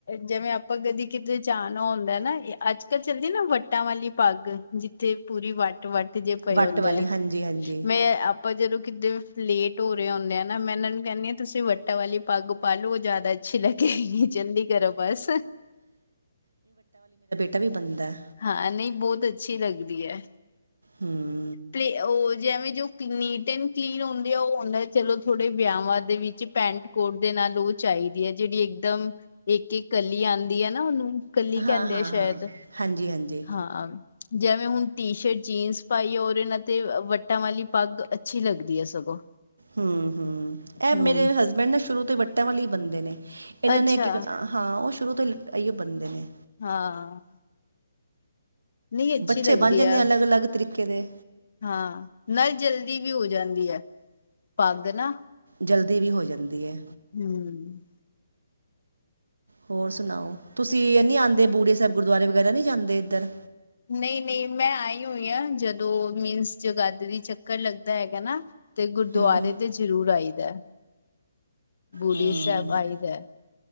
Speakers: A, on the left; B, on the right.
A: ਜਿਵੇਂ ਆਪਾਂ ਕਦੀ ਕਿਤੇ ਜਾਣਾ ਹੁੰਦਾ ਨਾ ਅੱਜ ਤੇ ਚੱਲਦੀ ਨਾ ਵੱਟਾਂ ਵਾਲੀ ਪੱਗ ਜਿੱਥੇ ਪੂਰੀ ਵੱਟ ਵੱਟ ਜੇ ਪਏ
B: ਵੱਟ
A: ਹੁੰਦੇ
B: ਵਾਲੀ
A: ਆ।
B: ਹਾਂਜੀ ਹਾਂਜੀ
A: ਮੈਂ ਆਪਾਂ ਜਦੋਂ ਕਿੱਤੇ ਲੇਟ ਹੋ ਰਹੇ ਹੁੰਨੇ ਆ ਨਾ। ਮੈਂ ਇਹਨਾਂ ਨੂੰ ਕਹਿੰਨੀ ਆ ਤੁਸੀਂ ਵੱਟਾਂ ਵਾਲੀ ਪੱਗ ਪਾਲੂ ਜ਼ਿਆਦਾ ਅੱਛੀ ਲੱਗੇਗੀ ਜਲਦੀ ਕਰੋ ਬਸ।
B: ਤਾਂ ਵੀ ਬਣਦਾ ਐ।
A: ਹਾਂ ਨਹੀਂ। ਬਹੁਤ ਅੱਛੀ ਲੱਗਦੀ ਐ।
B: ਹਮ।
A: ਪਲੇ ਉਹ ਜਿਵੇਂ ਜੋ ਨੀਟ ਐਂਡ ਕਲੀਨ ਹੁੰਦੇ ਆ। ਉਹ ਹੁੰਦਾ ਚਲੋ ਥੋੜੇ ਵਿਆਹਵਾਂ ਦੇ ਵਿੱਚ ਪੈਂਟ ਕੋਟ ਦੇ ਨਾਲ ਉਹ ਚਾਹੀਦੀ ਐ। ਜਿਹੜੀ ਇੱਕਦਮ ਇੱਕ-ਇੱਕ ਕਲੀ ਆਂਦੀ ਐ ਨਾ ਉਹਨੂੰ। ਕੱਲੀ
B: ਹਾਂ
A: ਕਹਿੰਦੇ
B: ਹਾਂ
A: ਆ
B: ਹਾਂ
A: ਸ਼ਾਇਦ
B: ਹਾਂਜੀ ਹਾਂਜੀ
A: ਹਾਂ। ਜਿਵੇਂ ਹੁਣ ਟੀ ਸ਼ਰਟ ਜੀਨਸ ਪਾਈ ਔਰ ਇਹਨਾਂ ਤੇ ਵੱਟ ਵੱਟਾਂ ਵਾਲੀ ਪੱਗ ਅੱਛੀ ਲੱਗਦੀ ਐ। ਸਗੋਂ
B: ਹਮ-ਹਮ ਇਹ
A: ਹਮ
B: ਮੇਰੇ ਹਸਬੈਂਡ ਨਾ ਸ਼ੁਰੂ ਤੋਂ ਵੱਟਿਆਂ ਵਾਲੀ ਬੰਦੇ ਨੇ ਇਹਨਾਂ
A: ਅੱਛਾ
B: ਨੇ ਹਾਂ ਉਹ ਸ਼ੁਰੂ ਤੋਂ ਹੀ ਆਈਓ ਬਣਦੇ ਨੇ।
A: ਹਾਂ। ਨਹੀਂ ਅੱਛੀ
B: ਬੱਚੇ
A: ਲੱਗਦੀ
B: ਬਣ ਜਾਂਦੇ
A: ਆ
B: ਅਲੱਗ-ਅਲੱਗ ਤਰੀਕੇ ਦੇ
A: ਹਾਂ ਨਾਲੇ ਜਲਦੀ ਵੀ ਹੋ ਜਾਂਦੀ ਐ। ਪੱਗ ਨਾ
B: ਜਲਦੀ ਵੀ ਹੋ ਜਾਂਦੀ ਐ‌।
A: ਹਮ।
B: ਹੋਰ ਸੁਣਾਓ? ਤੁਸੀਂ ਨੀ ਆਂਦੇ ਬੂਡੀ ਸਾਹਿਬ ਗੁਰਦੁਆਰੇ ਵਗੈਰਾ ਨਹੀਂ ਜਾਂਦੇ ਇੱਧਰ।
A: ਨਹੀਂ-ਨਹੀਂ ਮੈਂ ਆਈ ਹੋਈ ਹਾਂ। ਜਦੋਂ ਮੀਨਸ ਜਗਾਧਰੀ ਚੱਕਰ ਲੱਗਦਾ ਹੈਗਾ ਨਾ ਤੇ ਗੁਰਦੁਆਰੇ
B: ਹੂੰ ਹੂੰ
A: ਤੇ ਜ਼ਰੂਰ ਆਈ ਦਾ-ਬੂੜੀ
B: ਹੂੰ
A: ਸਾਹਿਬ ਆਈ ਦਾ।